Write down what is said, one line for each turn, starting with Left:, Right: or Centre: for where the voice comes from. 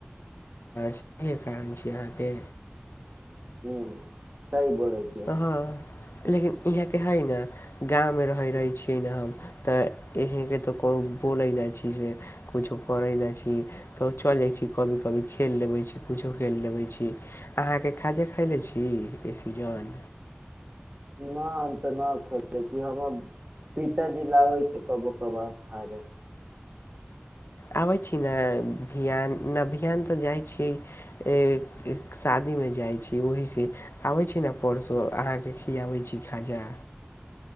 Left: सह कारण छी अहाँके
Right: हू सह बोलै छिय।
Left: हँ लेकिन इहाँके हइ ने गाँवमे रहैत रहैत छीियै ने हम तऽ यहँके तऽ कोनो बोलैत नहि छी से कछो करैत नहि छी तऽ चलि जाइत छी कभी कभी खेल लेबैत छी कुछो खेल लेबैत छी अहाँके खाजे खयले छी ई सीजन।
Right: नहि हम तऽ नहि खेलै छी हमर पिताजी लाबै छै कबो कभार खाजा।
Left: आबै छी ने विियान नहि विियान तऽ जाइ छियै शादीमे जाइ छी ओहीसँ आबै छी ने परसू अहाँकेँ खियाबै छी खाजा।